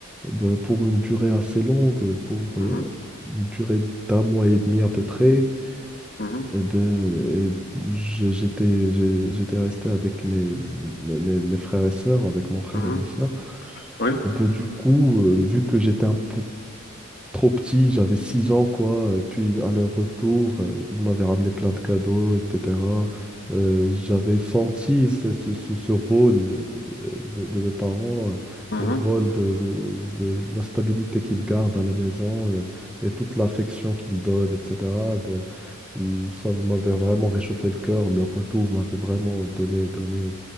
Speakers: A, in the centre; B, on the left.
A: ben, pour une durée assez longue, pour
B: Mhm,
A: euh, une durée d'un mois et demi à peu près.
B: mhm,
A: Et ben, et j'ai- j'étais, j'ai- j'étais resté avec mes, mes, mes mes frères et sœurs, avec mon frère
B: mhm,
A: et ma sœur.
B: oui,
A: Et ben du coup, euh, vu que j'étais un peu trop petit, j'avais 6 ans, quoi, et puis à leur retour, euh, ils m'avaient ramené plein de cadeaux, etc. Euh, j'avais senti ce, ce- ce- ce rôle euh, de, de mes parents, euh,
B: mhm.
A: le rôle de, de- de la stabilité qu'ils gardent à la maison euh, et toute l'affection qu'ils donnent, etc. de- euh, ça m'avait vraiment réchauffé le cœur. Leur retour m'avait vraiment donné, donné